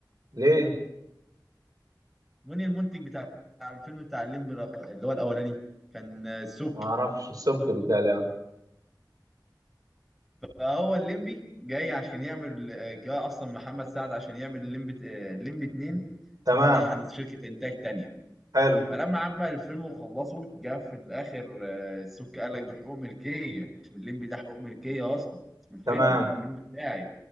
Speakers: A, on the right; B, in the centre.
A: ليه
B: مين المنتج بتاع بتاع الفيلم بتاع الليمبي الأخ- اللي هو الاولاني كان آه، سوبي
A: ما اعرفش السبك بتاعي
B: فهو الليمبي جاي عشان يعمل جاي اصلا محمد سعد عشان يعمل الليمبي آه، الليمبي اتنين
A: تمام
B: فراح على شركة انتاج تانية
A: حلو
B: فلما عمل الفيلم وخلصه جه في الاخر آه، السك قال لك ده حقوق ملكية اسم الليمبي ده حقوق ملكية اصلا اسم الفيلم
A: تمام
B: ده الفيلم بتاعي